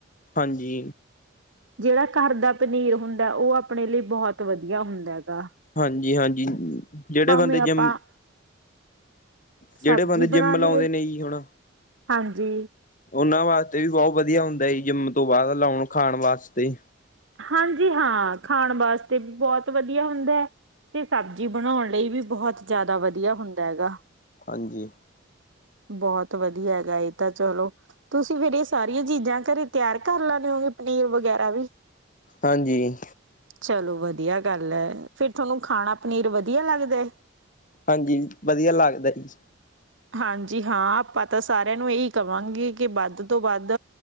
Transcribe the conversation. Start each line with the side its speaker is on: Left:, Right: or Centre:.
Left: ਹਾਂਜੀ।
Right: ਜਿਹੜਾ ਘਰ ਦਾ ਪਨੀਰ ਹੁੰਦਾ। ਉਹ ਆਪਣੇ ਲਈ ਬਹੁਤ ਵਧੀਆ ਹੁੰਦਾ। ਹੈਗਾ
Left: ਹਾਂਜੀ-ਹਾਂਜੀ, ਜਿਹੜੇ
Right: ਭਾਵੇਂ
Left: ਬੰਦੇ ਜਿੰਮ।
Right: ਆਪਾਂ ਸਬਜ਼ੀ
Left: ਜਿਹੜੇ ਬੰਦੇ ਜਿੰਮ
Right: ਬਣਾ
Left: ਲਾਉਂਦੇ
Right: ਲਈਏ
Left: ਨੇ ਜੀ ਹੁਣ
Right: ਹਾਂਜੀ।
Left: ਉਹਨਾਂ ਵਾਸਤੇ ਵੀ ਬਹੁਤ ਵਧੀਆ ਹੁੰਦਾ ਜੀ ਜਿੰਮ ਤੋਂ ਬਾਅਦ ਲਾਉਣ ਖਾਣ ਵਾਸਤੇ।
Right: ਹਾਂਜੀ ਹਾਂ, ਖਾਣ ਵਾਸਤੇ ਬਹੁਤ ਵਧੀਆ ਹੁੰਦਾ। ਤੇ ਸਬਜ਼ੀ ਬਣਾਉਣ ਲਈ ਵੀ ਬਹੁਤ ਜ਼ਿਆਦਾ ਵਧੀਆ ਹੁੰਦਾ ਗਾ।
Left: ਹਾਂਜੀ।
Right: ਬਹੁਤ ਵਧੀਆ। ਗਾ ਇਹ ਤਾਂ ਚਲੋ ਤੁਸੀਂ ਫੇਰ ਇਹ ਸਾਰੀਆਂ ਚੀਜ਼ਾਂ ਘਰੇ ਤਿਆਰ ਕਰ ਲੈਣੇ ਓ ਗੇ ਪਨੀਰ ਵਗੈਰਾ ਵੀ।
Left: ਹਾਂਜੀ,
Right: ਚਲੋ ਵਧੀਆ ਗੱਲ ਐ ਫਿਰ ਤੁਹਾਨੂੰ ਖਾਣਾ ਪਨੀਰ ਵਧੀ ਆ ਲੱਗਦਾ।
Left: ਹਾਂਜੀ, ਵਧੀਆ ਲੱਗਦਾ ਜੀ।
Right: ਹਾਂਜੀ ਹਾਂ, ਆਪਾਂ ਤਾਂ ਸਾਰਿਆਂ ਨੂੰ ਇਹੀ ਕਬਾ ਗੇ ਕਿ ਵੱਧ ਤੋਂ ਵੱਧ।